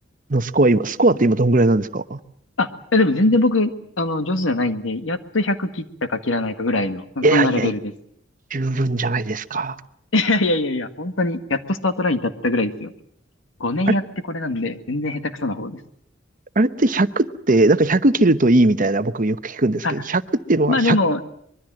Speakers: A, on the right; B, on the left.
A: のスコア今、スコアって今どんぐらいなんですか
B: あ、いやでも全然僕、あの、上手じゃないんで、やっと100切ったか切らないかぐらいの、なんかそんなレベルです。
A: いやいやいや、十分じゃないですか。
B: <laughs> いやいやいやいや、本当に、やっとスタートラインに立ったぐらいですよ。5年やってこれなんで、
A: あれ、
B: 全然下手くそな方です。
A: あれって100って、なんか100切るといいみたいな僕よく聞くんですけど、
B: あ、
A: 100っていうのは100、
B: まあでも、